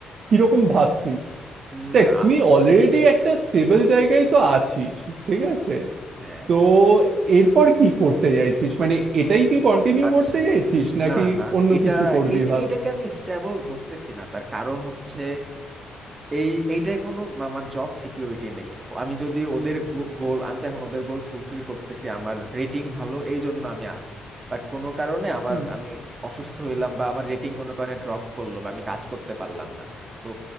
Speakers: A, on the right; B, on the right.
A: কিরকম ভাবছিস
B: উম,
A: দেখ
B: আ-
A: তুই অলরেডি একটা স্টেবল জায়গায় তো আছিস ঠিক আছে
B: হ্যাঁ
A: তো এরপর কি করতে চাইছিস মানে এটাই কি কন্টিনিউ
B: আচ্ছা
A: করতে চাইছিস নাকি
B: না না
A: অন্য
B: এটা
A: কিছু করবি
B: এইট-
A: ভাবছিস
B: এইটাকে আমি স্ট্যাবল ধরতেছি না তার কারণ হচ্ছে এই এইটাই কোনো আমার জব সিকিউরিটি নেই আমি যদি ওদের গোল আমি তো এখন ওদের গোল ফুলফিল করতেছি আমার রেটিং ভালো এই জন্য আমি আসি বাট কোনো কারণে আমার
A: হুম
B: আমি অসুস্থ হইলাম বা আমার রেটিং কোনো কারণে ড্রপ করলো বা আমি কাজ করতে পারলাম না তো